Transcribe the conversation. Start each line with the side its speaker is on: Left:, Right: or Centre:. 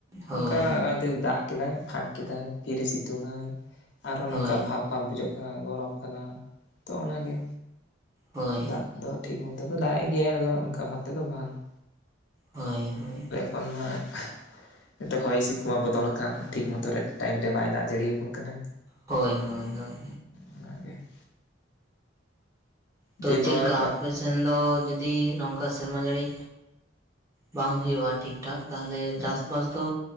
Right: ᱦᱳᱭ
Left: ᱚᱱᱠᱟ ᱱᱚᱜ-ᱚᱭ ᱛᱮ ᱫᱟᱜ ᱠᱮᱫᱟᱭ ᱯᱷᱟᱸᱠ ᱠᱮᱫᱟᱭ ᱯᱷᱤᱨ ᱮ ᱥᱤᱛᱩᱝ ᱟᱭ ᱟᱨᱦᱚᱸ ᱱᱚᱝᱠᱟ
Right: ᱦᱳᱭ
Left: ᱵᱷᱟᱵ ᱵᱷᱟᱯ ᱵᱩᱡᱟᱹᱜ ᱠᱟᱱᱟ ᱜᱚᱨᱚᱢ ᱠᱟᱱᱟ ᱛᱚ ᱚᱱᱟᱜᱮ,
Right: ᱦᱳᱭ
Left: ᱫᱟᱜ ᱫᱚ ᱴᱷᱤᱠ ᱢᱚᱛᱚ ᱛᱚᱵᱩ ᱫᱟᱜ ᱮᱜ ᱜᱮᱭᱟᱭ, ᱟᱫᱚ ᱚᱱᱠᱟ ᱵᱷᱟᱵ ᱛᱮᱫᱚ ᱵᱟᱝ ᱾
Right: ᱦᱳᱭ ᱦᱳᱭ ᱾
Left: <unintelligible> ᱱᱤᱛᱚᱜ ᱦᱚᱭ ᱦᱤᱥᱤᱫ ᱠᱚᱢᱟ ᱵᱚᱫᱚᱞ ᱟᱠᱟᱱ ᱴᱷᱤᱠ ᱢᱚᱛᱚ ᱨᱮ ᱴᱟᱭᱤᱢ ᱨᱮ ᱵᱟᱭ ᱫᱟᱜ ᱡᱟᱹᱲᱤ ᱟᱵᱚᱱ ᱠᱟᱱᱟᱭ ᱾
Right: ᱦᱳᱭ ᱦᱳᱭ ᱦᱳᱭ
Left: ᱚᱱᱟ ᱜᱮ ᱾
Right: ᱛᱚ
Left: ᱫᱤᱭᱮᱯᱚᱨ
Right: ᱪᱮᱞᱠᱟ ᱟᱯᱮ ᱥᱮᱱ ᱫᱚ ᱡᱩᱫᱤ ᱱᱚᱝᱠᱟ ᱥᱮᱨᱢᱟ ᱡᱟᱹᱲᱤ ᱵᱟᱝ ᱦᱩᱭᱩᱜᱼᱟ ᱴᱷᱤᱠ ᱴᱷᱟᱠ ᱛᱟᱦᱞᱮ
Left: ᱦᱩᱸ
Right: ᱪᱟᱥᱵᱟᱥ ᱫᱚ